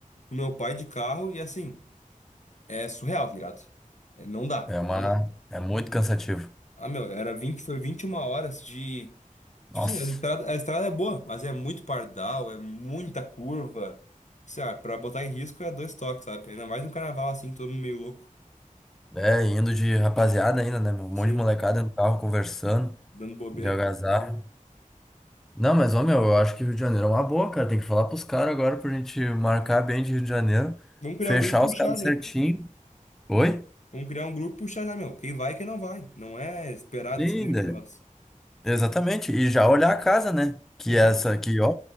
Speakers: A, on the left (about 55°); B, in the centre.
A: com meu pai de carro e assim, é surreal, tá ligado? É, não dá,
B: É uma...
A: não dá.
B: É muito cansativo.
A: Ah, meu, era 20 foi 21 horas de.
B: Nossa.
A: Tipo assim, a estrada, a estrada é boa, mas é muito pardal, é muita curva. Sei lá, pra botar em risco é dois toques, sabe? Ainda mais um carnaval assim, todo mundo meio louco.
B: É, indo de rapaziada ainda, né? meu? Um
A: Sim,
B: monte de molecada no carro conversando,
A: dando bobeira.
B: de algazarra. Não, mas, ô, meu, eu acho que Rio de Janeiro é uma boa, cara. Tem que falar pros caras agora pra gente marcar bem de Rio de Janeiro.
A: Vamos criar
B: Fechar
A: o grupo e puxar
B: os caras
A: já.
B: certinho. Oi?
A: Vamos criar um grupo e puxar já, meu. Quem vai e quem não vai. Não é esperar
B: Linda.
A: decidirem por nós.
B: Exatamente, e já olhar a casa, né? Que
A: Exato.
B: é essa aqui, ó,